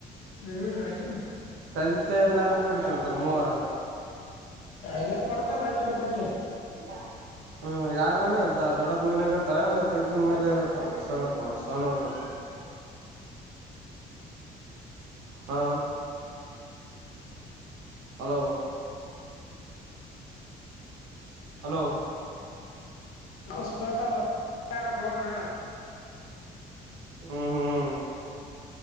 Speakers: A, on the left; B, on the right.
A: ಹ ಅಷ್ಟೇ ಮತ್ತೆ
B: ತಂದೆ ತಯಾರ್ನ ಯಾರ್ ನೋಡ್ಕೋತಾರ ಮೂವರು
A: ಅಂಗೇ ಕೊಡ್ತಾರಾ ರೊಟ್ಟೆ ಪಟ್ಟೆ
B: ಹಾ ಹೂ ಯಾರ್ ಮನ್ಯಾಗ ಅಂತ ದೊಡ್ಡಪ್ಪ ಮನ್ಯಾಗ ಅಂತ ಎನ್ ಆತ ಈತನ ಸಣ್ಣತ ಸನ್ನೋಣ ಬಲ್ಲಿ ಹಾ ಹಲೋ ಹಲೋ
A: ಅಸ್ಪೆಟರ್ ಪೋ ರ ನಾ
B: ಹ್ಮ್ ಹ್ಮ್